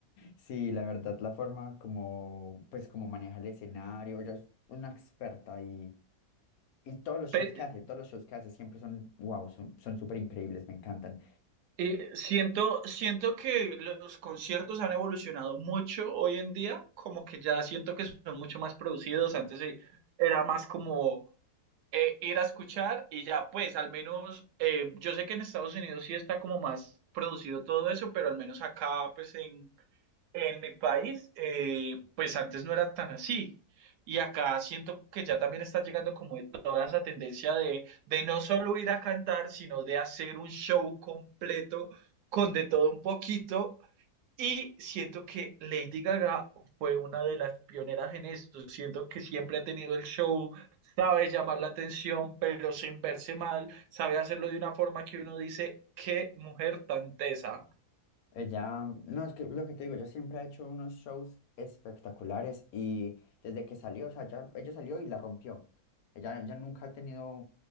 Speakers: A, on the left; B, on the right.
A: Sí, la verdad, la forma como, pues, como maneja el escenario, ella es una experta y, y todos los
B: Pe-
A: shows que hace, todos los shows que hace siempre son, wow, son, son súper increíbles, me encantan.
B: eh, siento, siento que los conciertos han evolucionado mucho hoy en día, como que ya siento que son mucho más producidos. Antes eh, era más como eh, ir a escuchar y ya, pues al menos eh, yo sé que en Estados Unidos sí está como más producido todo eso, pero al menos acá, pues en En mi país, eh, pues antes no era tan así. Y acá siento que ya también está llegando como de toda esa tendencia de, de no solo ir a cantar, sino de hacer un show completo con de todo un poquito. Y siento que Lady Gaga fue una de las pioneras en esto. Siento que siempre ha tenido el show, sabe llamar la atención, pero sin verse mal, sabe hacerlo de una forma que uno dice, qué mujer tan tesa.
A: Ella, no, es que lo que te digo, ella siempre ha hecho unos shows espectaculares y desde que salió, o sea, ya, ella salió y la rompió. Ella, ya nunca ha tenido